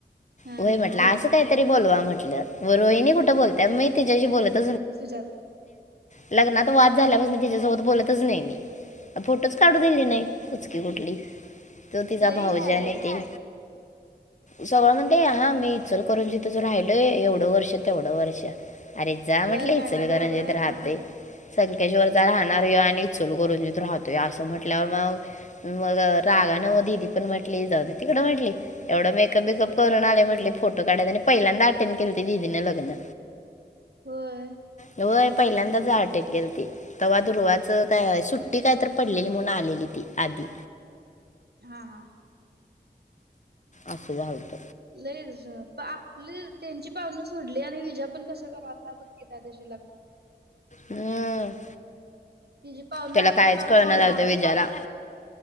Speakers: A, on the right; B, on the left.
A: हा
B: व्हय
A: हा
B: म्हटलं
A: रोहिणी
B: असं काहीतरी बोलवा म्हटलं वर वहिणी कुठं बोलत्या मी तिच्याशी बोलत
A: सुजात
B: लग्नात वाद
A: होय
B: झाल्यापासून तिच्यासोबत बोल नाही मी फोटोच काढ दिली नाही कुचकी कुठली तो तिचा
A: लई
B: भाऊ
A: हाय
B: ज्याने
A: ग
B: ते सगळं म्हणते हा मी इल करून तिथून राहिलोय एवढं वर्ष तेवढं वर्ष. अरे जा
A: होय
B: म्हटलंय
A: काय
B: इचलकरंजीत
A: काय बडबडालता
B: राहते.
A: की
B: संखेशवररता राहणार आणि इ चुल करून राहतोय अस त म्हंटल्यावर मग मग रागा न म दीदी पण म्हटली जाऊ तिकड म्हटली एवढं म <unintelligible> करून आले म्हटले फोटो काढाय आणि पहिल्यांदा अटेंड केलती दिदीनं लग्न.
A: होय.
B: व्हय पहिल्यांदाच अटेंट केलती तवा दुर्वाचं काय सुट्टी काय तर पडलेली म्हणून आलेली ती आधी.
A: हा हा
B: असं जालतं.
A: लईच प आपली त्यांची पावनं सोडली आणि विजा पण कसं कराता बघे त्या दिवशी लग्ना
B: हम
A: तिची पाहुणं
B: त्याला
A: आपली
B: कायच
A: पाहुणं
B: कळणा
A: राहिली
B: झालतं
A: बाजूला
B: विजाला